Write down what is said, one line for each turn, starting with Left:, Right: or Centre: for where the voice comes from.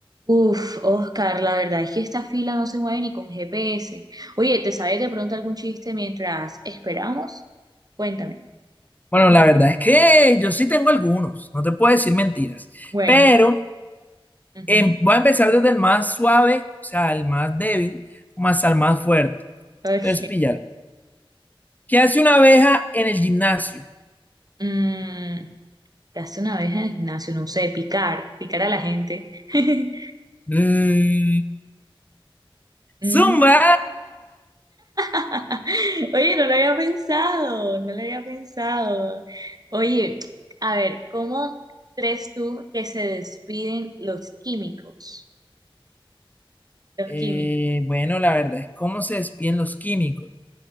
Right: Uf, Oscar, la verdad es que esta fila no se mueve ni con GPS. Oye, ¿te sabes de pronto algún chiste mientras esperamos? Cuéntame.
Left: Bueno,
Right: <laughs>
Left: la verdad es que yo sí tengo algunos, no te puedo decir mentiras,
Right: Bueno,
Left: pero
Right: ujú,
Left: em, voy a empezar desde el más suave, o sea, el más débil, más al más fuerte.
Right: ok.
Left: Entonces, píllalo. ¿Qué hace una abeja en el gimnasio?
Right: Mm, ¿qué hace una vez en el gimnasio? No sé, picar, picar a la gente. <laughs>
Left: Mm,
Right: Mm,
Left: ¡Zumba!
Right: <laughs> Oye, no lo había pensado, no lo había pensado. Oye, a ver, ¿cómo crees tú que se despiden los químicos? Los
Left: Eh,
Right: químicos.
Left: bueno, la verdad es cómo se despiden los químicos.